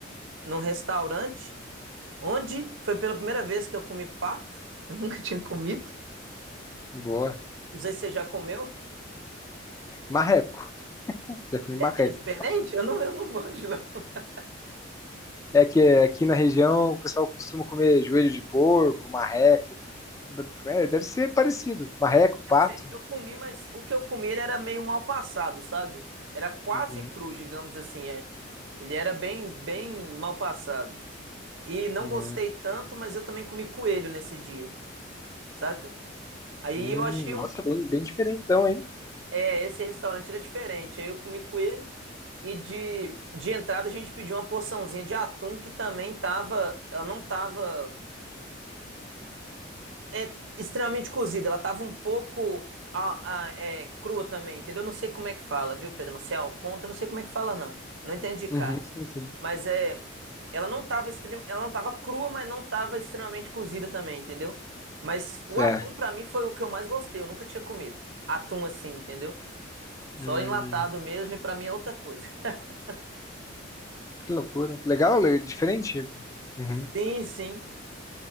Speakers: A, on the right (about 80°); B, on the left (about 15°).
A: num restaurante, onde foi pela primeira vez que eu comi pato. Eu não Mito?
B: Boa.
A: Não sei se você já comeu.
B: Marreco. Já comi marreco.
A: É diferente? Eu não, eu não manjo, não. <laughs>
B: É que aqui na região o pessoal costuma comer joelho de porco, marreco. É, deve ser parecido. Marreco,
A: Deve
B: pato.
A: ser, Eu comi, mas o que eu comi ele era meio mal passado, sabe? Era quase
B: Uhum.
A: cru, digamos assim. É. Ele era bem, bem mal passado. E não
B: Hum,
A: gostei tanto, mas eu também comi coelho nesse dia, saca? Aí
B: hum,
A: eu achei um.
B: nossa, bem, bem diferentão, hein?
A: É, esse restaurante era diferente. Aí eu comi com ele. E de, de entrada a gente pediu uma porçãozinha de atum que também tava. Ela não tava. É extremamente cozida. Ela tava um pouco. a- a- é, crua também, entendeu? Eu Não sei como é que fala, viu, Pedro? Não sei ao ponto, eu não sei como é que fala, não. Eu não entendi, cara.
B: Uhum, sim, sim.
A: Mas é. Ela não tava extrem... ela não tava crua, mas não tava extremamente cozida também, entendeu? Mas
B: Certo.
A: o atum pra mim foi o que eu mais gostei, eu nunca tinha comido. Atum assim, entendeu? Só
B: Hum,
A: enlatado mesmo e pra mim é outra coisa. <laughs>
B: que loucura. Que Legal, le- diferente. Uhum.
A: Sim, sim.